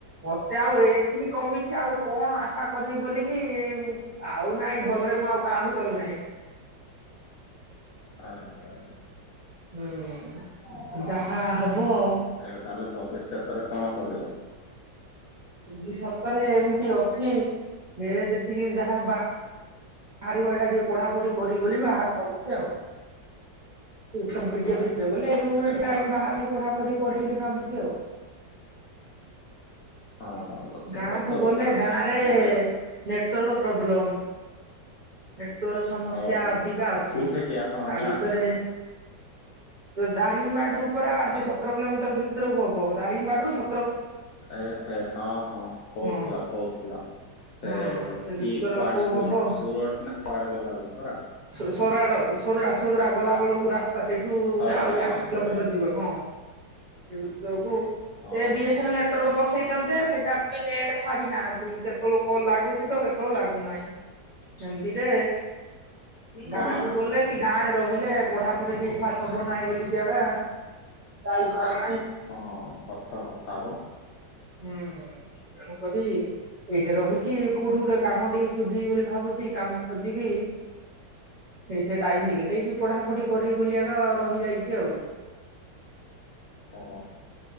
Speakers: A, on the right; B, on the left.
A: ମତେ ଆଉ ଏତିକି କମିଛି ଆଉ କଣ ଆଶା କରିବି ବୋଲିକି ଆଉ ନାଇଁ ଭଲ ମୁଁ ଆଉ କାଉଣ୍ଟ କଲି ନାହିଁ।
B: ଆରେ ଆ। <unintelligible>
A: ହୁଁ
B: ଅଛା
A: ଯାହା ହବ
B: ଏବେ ତାହେଲେ ଭବ୍ଯ ସେଥିରେ କଣ କରିବ?
A: ଭବିଷ୍ୟତରେ ଏମିତି ଅଛି ହେ ଯେତିକି ଯାହା ବା ବାହାରିବ ଏଇଟା ଟିକେ ପଢାପଢି କରିବି ବୋଲି ବା ଭାବୁଛି ଆଉ <unintelligible>
B: ହଁ
A: ରୁମ୍
B: ଏବେ
A: ରେ ଟାଇମ୍
B: ତ
A: ଭାରିକରି ପଢ଼ାପଢି କରି ବୋଲି ଭାବୁଛି ଆଉ।
B: ହଁ ଅବଶ୍ୟ
A: ଗାଁ
B: ସତ
A: କୁ ଗଲେ
B: କଥା
A: ଗାଁ ରେ ନେଟୱାର୍କ
B: ଏବେ
A: ପ୍ରୋବ୍ଲେମ୍। ନେଟୱାର ସମସ୍ୟା
B: ଓହୋ
A: ଅଧିକା ଅଛି
B: କୋଉଠା କି ଆପଣଙ୍କ
A: ତା
B: ଗାଁ?
A: ଭିତରେ ଦାରିମବାଡି ରୁ ପୁରା
B: ହାଲୋ
A: ସେ ସତର କିଲୋମିଟର ଭିତରକୁ ହବ ଦାରିମବାଡ ରୁ ସତ
B: ଏହ ହଁ ହଁ କହୁଥିଲ
A: ହଁ
B: କହୁଥିଲ। ସେ
A: ହଁ ସେ
B: କି
A: ଭିତରକୁ
B: କୁଆଡେ ସୁର
A: ହବ
B: ସୁରଟ ନା କୁଆଡେ ଗଲା ବେଳକୁ ପରା
A: ସୋରାଡ଼ ସରୁଡ଼ା ସରୁଡ଼ା ଗଲା ବେଳକୁ ରାସ୍ ରାସ୍ତା ସେଇଠୁ
B: ସରଡା
A: ଗୋଟେ ଆହୁରି
B: ହଁ
A: ଆଠ କିଲୋମିଟର
B: ସରି
A: ଯିବ ହଁ ଏ ଭିତକୁ
B: ଓହୋ
A: ସେ ବିଏସ୍ ଲେଟରୁ ବସେଇ ବସେଚନ୍ତେ ସେଇଟା ପୁଣି ନେଟ୍ ଛାଡି ନାହାନ୍ତି କେତେଲୁ କଲ ଲାଗୁଛି ତ କେତେବେଳୁ ଲାଗୁନାହିଁ। ସେମିତିରେ ଗାଁ
B: ଗଲା।
A: କୁ ଗଲେ କି ଗାଁ ରେ ରହିଲେ ପଢାପଢି ଠିକ ଠାକ ହବ ନାହିଁ। ବୋଲିକି ଆଗା ଯାଇପାରୁ
B: ହଁ ସତ କଥା ଲୋ
A: ହୁଁ ଏଣୁ କତି ଏଇଠି ରହିକି କୋଉଠି ଗୋଟେ କାମ ଟିକେ ଖୋଜିବି ବୋଲି ଭାବୁଛି କାମ ଖୋଜିକି ସେଇଠି ଟାଇମ ଟିକେ ଦେଇକି ପଢାପଢି କରିବି ବୋଲି ଏକା ରହିଯାଇଛି ଆଉ
B: ଓହୋ